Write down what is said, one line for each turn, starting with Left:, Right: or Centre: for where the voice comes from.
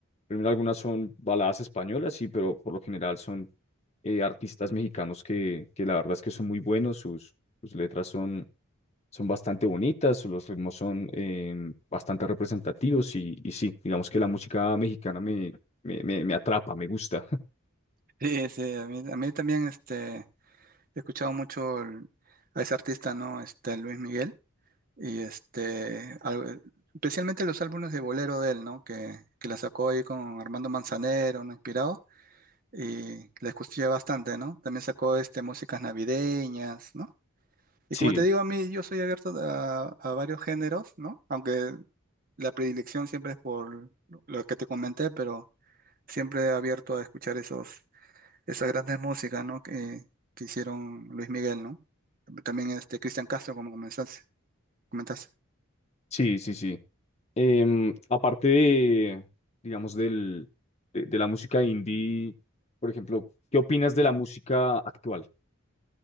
Left: primero algunas son baladas españolas, sí, pero por lo general son eh, artistas mexicanos que, que la verdad es que son muy buenos, sus, sus letras son, son bastante bonitas, los ritmos son eh, bastante representativos y, y sí, digamos que la música mexicana me, me, me, me atrapa, me gusta. <laughs>
Right: Sí, sí, a mí, a mí también este, he escuchado mucho el- a ese artista, ¿no? Este, Luis Miguel Y este, al- especialmente los álbumes de bolero de él, ¿no? Que, que la sacó ahí con Armando Manzanero, ¿no? Inspirado. Y la escuché bastante, ¿no? También sacó este, músicas navideñas, ¿no? Y
Left: Sí,
Right: como te digo, a mí yo soy abierto a, a varios géneros, ¿no? Aunque la predilección siempre es por lo lo que te comenté, pero siempre abierto a escuchar esos, esas grandes músicas, ¿no? Que, que hicieron Luis Miguel, ¿no? También este, Cristian Castro, como comenzaste- comentaste.
Left: sí, sí, sí. Em, aparte de, digamos, del, de, de la música indie, por ejemplo, ¿qué opinas de la música actual?